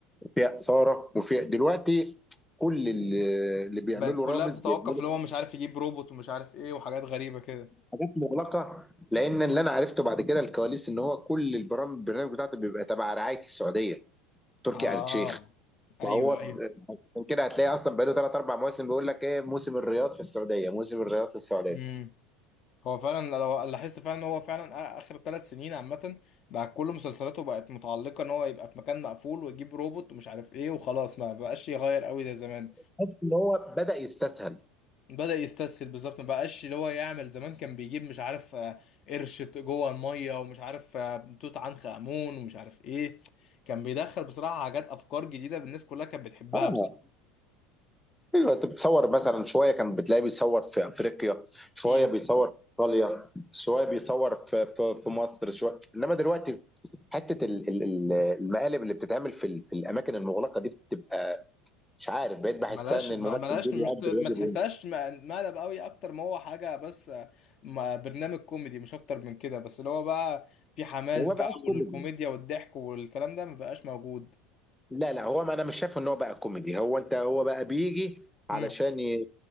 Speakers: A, in the centre; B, on the left.
A: فيها إثارة وفيها دلوقتي كل اللي اللي بيعمله
B: بقت كلها
A: رامز
B: بتتوقف
A: بيعمله
B: اللي هو مش عارف يجيب روبوت ومش عارف ايه وحاجات غريبه كده
A: حاجات مغلقه لان اللي انا عرفته بعد كده الكواليس ان هو كل البرامج البرنامج بتاعته بيبقى تبع رعايه السعوديه تركي
B: اه
A: آل الشيخ
B: ايوه
A: فهو ب-
B: ايوه
A: عشان كده هتلاقي اصلا بقاله ثلاث اربع مواسم بيقول لك ايه موسم الرياض في السعوديه موسم الرياض في السعوديه
B: امم هو فعلا لو لاحظت فعلا ان هو فعلا آ- اخر ثلاث سنين عامه بقى كل مسلسلاته بقت متعلقه ان هو يبقى في مكان مقفول ويجيب روبوت ومش عارف ايه وخلاص ما بقاش يغير قوي زي زمان
A: حاسس ان هو بدا يستسهل
B: بدأ يستسهل بالظبط ما بقاش اللي هو يعمل زمان كان بيجيب مش عارف آه، قرش ت- جوه الميه ومش عارف آه، توت عنخ امون ومش عارف ايه كان بيدخل بصراحه حاجات افكار جديده الناس كلها كانت بتحبها
A: اه ايوه انت بتصور مثلا شويه كان بتلاقيه بيصور في افريقيا شويه
B: بصراحه
A: بيصور في ايطاليا شويه بيصور في في, في مصر شويه انما دلوقتي حته ال- ال- ال- المقالب اللي بتتعمل في ال- في الاماكن المغلقه دي بتبقى مش عارف بقيت بحسها
B: ملهاش
A: ان الممثل
B: ما- ملهاش
A: ده بيأدي
B: مش ما
A: الواجب
B: تحسهاش
A: هنا
B: م- مقلب قوي اكتر ما هو حاجه بس ما- برنامج كوميدي مش اكتر من كده بس اللي هو بقى في حماس
A: هو ما
B: بقى
A: بقاش كوميدي
B: والكوميديا والضحك والكلام ده ما بقاش موجود
A: لا لا هو ما انا مش شايف ان هو بقى كوميدي هو انت هو بقى بيجي علشان
B: مم.
A: ي-